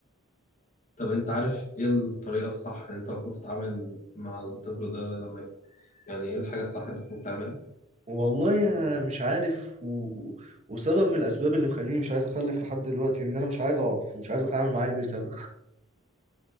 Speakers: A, on the left; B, on the right.
A: طب انت عارف ايه الطريقة الصح اللي انت المفروض تتعامل مع الطفل ده لما يكون يعني ايه الحاجة الصح اللي انت المفروض تعملها
B: والله انا مش عارف و... وسبب من الاسباب اللي مخليني مش عايز اخلف لحد دلوقتي ان انا مش عايز اعرف ومش عايز اتعامل مع عيل بيصرخ